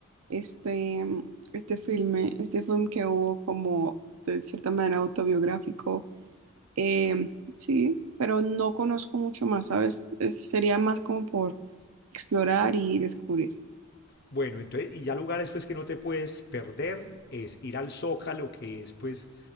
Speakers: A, on the right (about 80°); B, on the left (about 50°).
A: este, mm, este filme, este film que hubo como de cierta manera autobiográfico. Eh, sí, pero no conozco mucho más, ¿sabes? Es- sería más como por explorar y descubrir.
B: Bueno, entonces, y ya lugares pues que no te puedes perder es ir al Zócalo, que es pues